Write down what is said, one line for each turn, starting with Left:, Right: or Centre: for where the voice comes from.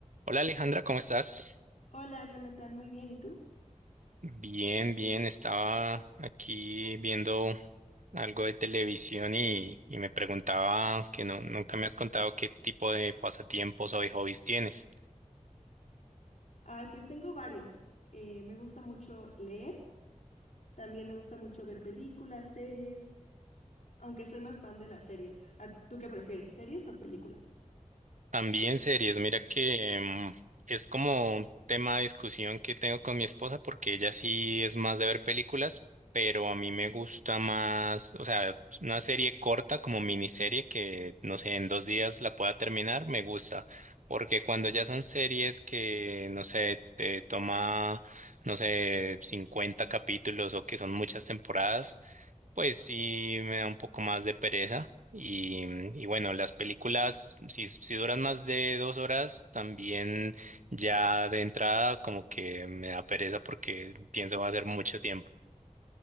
Right: Hola Alejandra, ¿cómo estás?
Left: Hola, Jonathan, muy bien. ¿Y tú?
Right: Bien, bien, estaba aquí viendo algo de televisión y, y me preguntaba que no, nunca me has contado qué tipo de pasatiempos o de hobbies tienes.
Left: Ay, pues tengo varios. Eh, me gusta mucho leer, también me gusta mucho ver películas, series, aunque soy más fan de las series. ¿A- ¿Tú qué prefieres, series o películas?
Right: También series, mira que em, es como un tema de discusión que tengo con mi esposa porque ella sí es más de ver películas, pero a mí me gusta más, o sea, una serie corta como miniserie que, no sé, en dos días la pueda terminar, me gusta, porque cuando ya son series que, no sé, te toma, no sé, 50 capítulos o que son muchas temporadas. Pues sí, me da un poco más de pereza. Y, y bueno, las películas, si, si duran más de dos horas, también ya de entrada como que me da pereza porque pienso va a ser mucho tiempo.